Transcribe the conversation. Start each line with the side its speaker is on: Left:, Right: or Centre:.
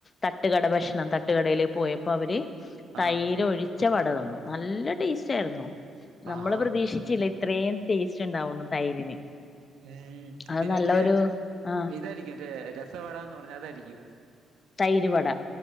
Left: തട്ടുകട ഭക്ഷണം തട്ടുകടയില് പോയപ്പോ അവര്
Right: ആഹ്
Left: തൈര് ഒഴിച്ച് ഒഴിച്ച വട തന്നു നല്ല ടേസ്റ്റ് ആയിരുന്നു നമ്മള്
Right: ആഹാ
Left: പ്രതീക്ഷിച്ചില്ല ഇത്രയും ടേസ്റ്റ് ഉണ്ടാവുന്നു തൈരിന്
Right: ഉം
Left: അത്
Right: പിന്നെ
Left: നല്ലൊരു
Right: മറ്റെലെ
Left: ആഹ്
Right: ഇതായിരിക്കും മറ്റേ റ്റ രസവടാന്ന് പറഞ്ഞാ അതായിരിക്കും
Left: തൈര് വട